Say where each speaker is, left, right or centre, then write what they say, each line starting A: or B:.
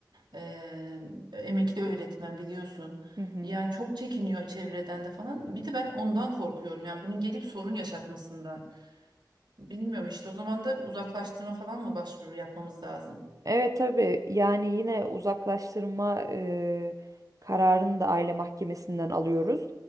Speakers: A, on the right; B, on the right.
A: E, emekli öğretmen biliyorsun.
B: Hı hı.
A: Yani çok çekiniyor çevreden de falan. Bir de ben ondan korkuyorum. Yani bunun gelip sorun yaşatmasından. Bilmiyorum işte o zaman da uzaklaştırma falan mı başvuru yapmamız lazım?
B: Evet tabii yani yine uzaklaştırma e, kararını da aile mahkemesinden alıyoruz.